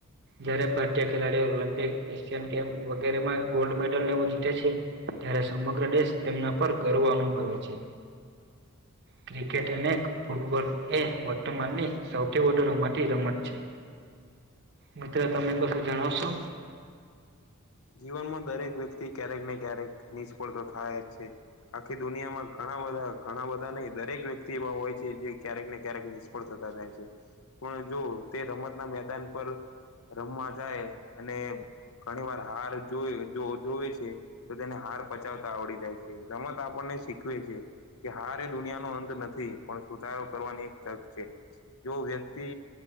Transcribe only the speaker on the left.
જીવનમાં દરેક વ્યક્તિ ક્યારેક ને ક્યારેક નિષ્ફળ તો થાય જ છે. આખી દુનિયામાં ઘણા બધા ઘણા બધા ને દરેક વ્યક્તિ એવા હોય છે જે ક્યારેક ને ક્યારેક નિ થતા જાય છે. પણ જો તે રમતના મેદાન પર રમવા જાય, અને ઘણી વાર હાર જોવે જોવે છે. તો તેને હાર પચાવતા આવડી જાય છે રમત આપણને શીખવે છે, કે હાર એ દુનિયાનો નથી પણ સુધારો કરવાની એક તક છે, જો વ્યક્તિ